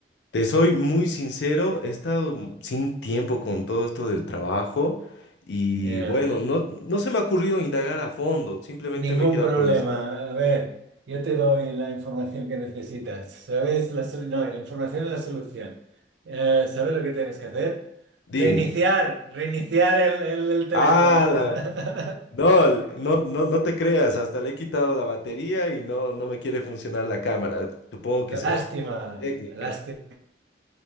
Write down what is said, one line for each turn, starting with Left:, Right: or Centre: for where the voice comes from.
Left: Te soy muy sincero, he estado sin tiempo con todo esto del trabajo y
Right: Ya.
Left: bueno, no, no se me ha ocurrido indagar a fondo, simplemente
Right: Ningún
Left: me he quedado
Right: problema.
Left: por el super.
Right: A ver, yo te doy la información que necesitas. ¿Sabes? La, sol- no, la información es la solución. Eh, ¿sabes lo que tienes que hacer?
Left: Dime.
Right: Reiniciar, reiniciar el, el- el teléfono.
Left: Ah, la-
Right: <laughs>
Left: no, l- no, no, no te creas, hasta le he quitado la batería y no, no me quiere funcionar la cámara. Supongo que será
Right: Lástima,
Left: una técnica.
Right: lástima.